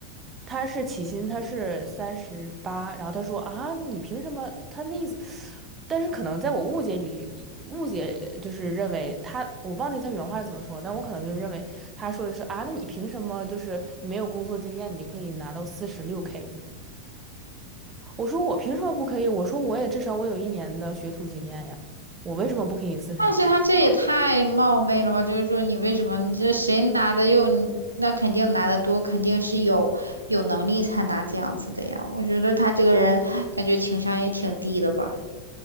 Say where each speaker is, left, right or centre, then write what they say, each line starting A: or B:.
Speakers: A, on the right; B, on the right.
A: 他是起薪，他是三十八，然后他说啊，你凭什么？他那意思，但是可能在我误解里，误解就是认为他，我忘记他原话是怎么说，但我可能就认为他说的是啊，那你凭什么就是你没有工作经验，你就可以拿到四十六 K？我说我凭什么不可以？我说我也至少我有一年的学徒经验呀，我为什么不可以四十零？
B: 但是他这也太冒昧了吧？就是说，你为什么你这谁拿的又你那肯定拿的多，肯定是有有能力才拿这样子的呀。我觉得他这个人感觉情商也挺低的吧。